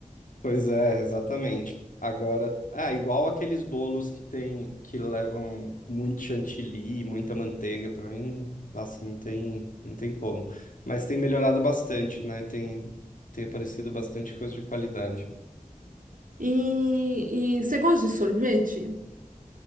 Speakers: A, on the left; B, on the right.
A: Pois é, exatamente. Agora, ah, igual aqueles bolos que tem que levam muito chantilly, muita manteiga, para mim, nossa, não tem, não tem como. Mas tem melhorado bastante, né? Tem, tem aparecido bastante coisa de qualidade.
B: E, e você gosta de sorvete?